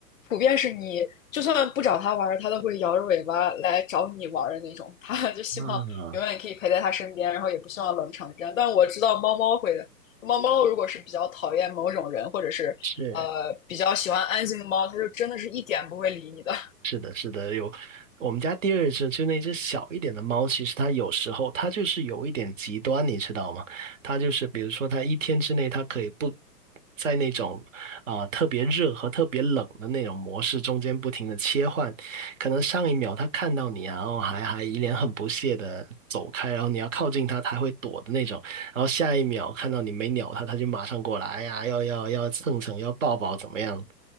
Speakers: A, on the left; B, on the right.
A: 普遍是你就算不找它玩儿，它都会摇着尾巴来找你玩儿的那种。它就希望永远可以陪在它身边，
B: 嗯，啊，
A: 然后也不希望冷场这样。但我知道猫猫会的，猫猫如果是比较讨厌某种人，或者是呃比较喜欢安静的猫，
B: 是。
A: 它就真的是一点不会理你的。
B: 是的，是的，有我们家第二只就那只小一点的猫，其实它有时候它就是有一点极端，你知道吗？它就是比如说它一天之内它可以不在那种啊、呃特别热和特别冷的那种模式中间不停的切换，可能上一秒它看到你啊，然后还还一脸很不屑的走开，然后你要靠近它，它会躲的那种。然后下一秒看到你没鸟它，它就马上过来，哎呀，要要要蹭蹭，要抱抱，怎么样？